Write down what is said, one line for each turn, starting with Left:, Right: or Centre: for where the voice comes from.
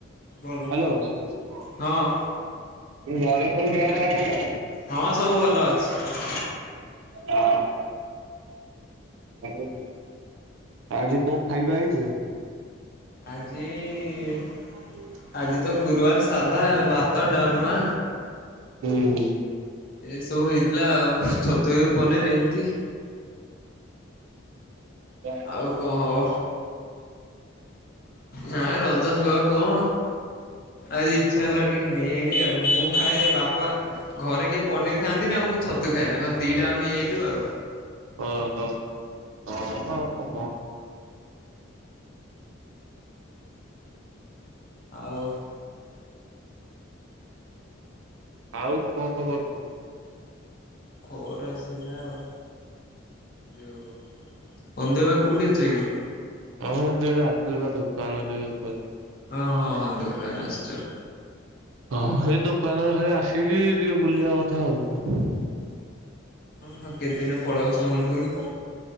Left: ଭଲ
Right: ହାଲୋ କିନ୍ତୁ
Left: ହଁ।
Right: ଘରେ ସବୁ ଦେହ ପା ଭଲ?
Left: ହଁ ସବୁ ଭଲ ଅଛି।
Right: ହଁ। ଆଉ ଆଜି କଣ ଖାଇବା ହେଇଥିଲା?
Left: ଆଜି ଇ ଇ
Right: ହଁ।
Left: ଆଜି ତ ଗୁରୁବାରେ ସାଧା ଭାତ, ଡାଲମା
Right: ହୁଁ।
Left: ଏସବୁ ହେଇଥିଲା ଆଉ ଛତୁୁ ହେଉ ପନିରି ଏମିତି।
Right: ହଁ
Left: ଆଉ କଣ ହବ? ନାଁ ରଜ ସକାଳୁ କଣ ଆଜି ଇଚ୍ଛା ହେଲା ଟିକେ ନେଇ ଆଇଲି ଆଉ ମୁଁ ଖାଏ ବାପ ପା ଘରେ କେହି ପନିର ଖାଆନ୍ତିନି ଆଉ ମୁଁ ଛତୁ ଖାଏନା ଘରେ ଦିଇଟା ଯାଙ୍କ ନେଇଆଇଲୁ ଆଉ।
Right: ଓହୋ ହଁ ମ ଆଉ କଣ?
Left: ଆଉ
Right: ଆଉ କଣ ଖବର କୁହ?
Left: ଖବର ସେଇଆ ଆଉ ଯୋଉ ବନ୍ଧୁ ଏବେ କୋଉଠି ଅଛ କି?
Right: ହଁ ମୁଁ ଟିକେ ଆସଥିଲି ବା ଦୋକାନ ଟିକେ କହି
Left: ହଁ ହଁ ହଁ ଦୋକାନ ଆସଚ।
Right: ହଁ ହେଇ ଦୋକାନରେ ଖାଲି ଆସିକି ଟିକେ ବୁଲିବା କଥା ଆଉ।
Left: ହଁ କେତେ ଦିନେ ପଲେଇବ ସମ୍ବଲପୁରୁ?